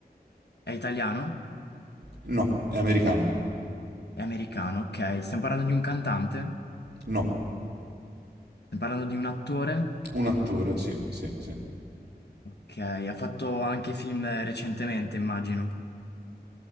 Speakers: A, on the left (about 85°); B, on the right (about 80°).
A: È italiano?
B: No. È americano?
A: È americano? Ok, stiamo parlando di un cantante?
B: No.
A: Stiamo parlando di un attore?
B: Un attore, sì, sì, sì.
A: Ok, ha fatto anche film recentemente, immagino.